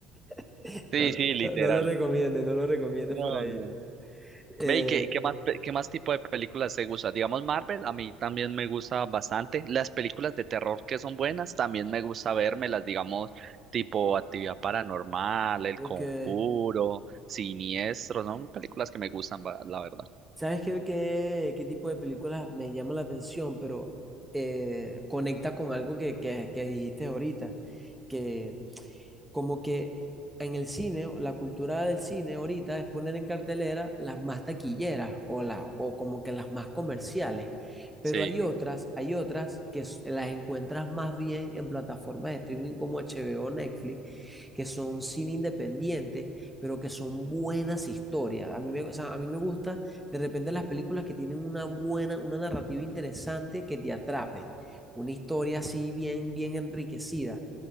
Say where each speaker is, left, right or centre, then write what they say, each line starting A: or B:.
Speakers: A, in the centre; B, on the right.
A: <laughs>
B: Sí,
A: No, lo-
B: sí, literal.
A: no, no lo recomiendes, no lo recomiendes
B: No,
A: por ahí.
B: no.
A: Eh,
B: Ve, ¿y qué, qué más, pe- qué más tipo de películas te gusta? Digamos, Marvel, a mí también me gusta bastante. Las películas de terror que son buenas, también me gusta las digamos, tipo Actividad Paranormal, El
A: ok.
B: Conjuro, Siniestro, son películas que me gustan, va- la verdad.
A: ¿Sabes qué, qué, qué tipo de películas me llama la atención? Pero eh, conecta con algo que, que, que dijiste ahorita, que como que en el cine, la cultura del cine ahorita es poner en cartelera las más taquilleras o, la, o como que las más comerciales, pero
B: Sí.
A: hay otras, hay otras que s- las encuentras más bien en plataformas de streaming como HBO, Netflix, que son cine independiente, pero que son buenas historias. A mí me, o sea, a mí me gusta de repente las películas que tienen una buena, una narrativa interesante que te atrape, una historia así bien, bien enriquecida.